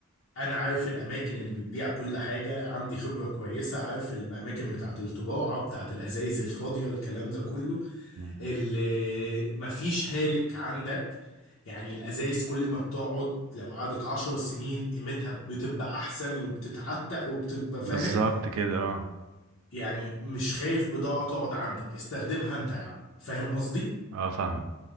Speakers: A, on the left (about 70°); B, on the right (about 80°).
A: انا عارف الاماكن اللي بتبيع كل حاجة عندي خبرة كويسة عارف الاماكن بتاعة الطباعة بتاعة الازايز الفاضية الكلام ده كله
B: مم.
A: اللي مفيش هالك عندك يعني الأزايز كل ما بتقعد لو قعدت عشر سنين قيمتها بتبقى أحسن وبتتعتق وبتبقى فاهم
B: بالظبط كده اه
A: يعني مش خايف بضاعة تقعد عندك استخدمها أنت يا عم فاهم قصدي؟
B: اه فاهم